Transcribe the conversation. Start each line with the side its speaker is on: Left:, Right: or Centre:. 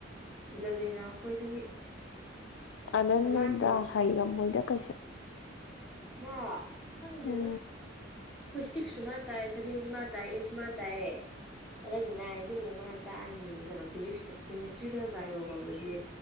Centre: ꯏꯂꯚꯦꯟ ꯌꯥꯎꯔꯛꯄꯩꯗꯒꯤ
Left: ꯑꯅꯅꯟꯗ
Centre: ꯃꯃꯥꯡ ꯆꯍꯤ
Left: ꯍꯩꯔꯝꯃꯣꯏꯗ ꯀꯩꯁꯨ
Centre: ꯃꯥ ꯈꯪꯗꯦꯗ
Left: ꯎꯝ
Centre: ꯑꯩꯈꯣꯏ ꯁꯤꯛꯁꯁꯨ ꯃꯥꯅ ꯇꯥꯛꯑꯦ ꯁꯚꯦꯟꯖꯨ ꯃꯥꯅ ꯇꯥꯛꯑꯦ ꯑꯩꯠꯁꯨ ꯃꯥꯅ ꯇꯥꯛꯑꯦ ꯑꯗꯩ ꯅꯥꯏꯟꯖꯨ ꯑꯃꯨꯛ ꯃꯥꯅ ꯇꯥꯛꯑꯅꯤ ꯀꯩꯅꯣ ꯐꯤꯖꯤꯛꯁꯇꯣ ꯀꯦꯃꯤꯁꯇ꯭ꯔꯤꯒ ꯕꯥꯏꯌꯣꯒꯕꯨꯗꯤ